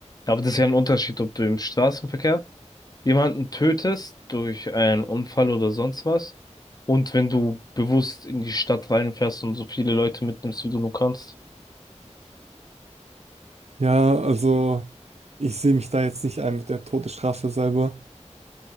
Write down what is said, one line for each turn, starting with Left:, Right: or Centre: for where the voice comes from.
Left: Ja, Aber das ist ja ein Unterschied, ob du im Straßenverkehr jemanden tötest durch einen Unfall oder sonst was und wenn du bewusst in die Stadt reinfährst und so viele Leute mitnimmst, wie du nur kannst.
Right: Ja, also ich sehe mich da jetzt nicht ein mit der Todesstrafe selber,